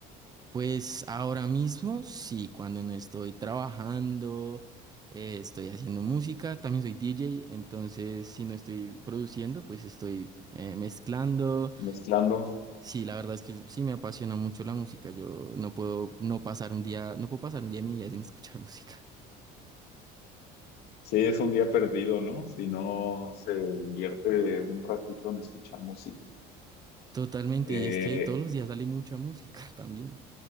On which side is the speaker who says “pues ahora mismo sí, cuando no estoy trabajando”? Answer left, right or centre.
Right